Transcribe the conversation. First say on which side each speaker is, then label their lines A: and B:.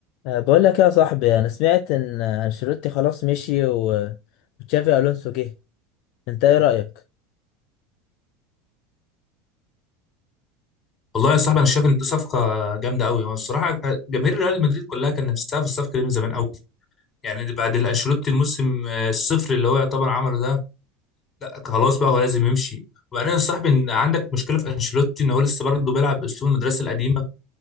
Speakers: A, on the left; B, on the left.
A: أه، بقول لك يا صاحبي انا سمعت ان انشيلوتي خلاص مشي و- وتشافي الونسو جه انت ايه رايك
B: والله يا صاحبي انا شايف ان دي صفقه جامده قوي والصراحه جماهير ريال مدريد كلها كان نفسها في الصفقه دي من زمان قوي يعني بعد الانشيلوتي الموسم آه، الصفر اللي هو يعتبر عمله ده لا خلاص بقى هو لازم يمشي وبعدين يا صاحبي ان عندك مشكله في انشيلوتي ان هو لسه برضه بيلعب باسلوب المدرسه القديمه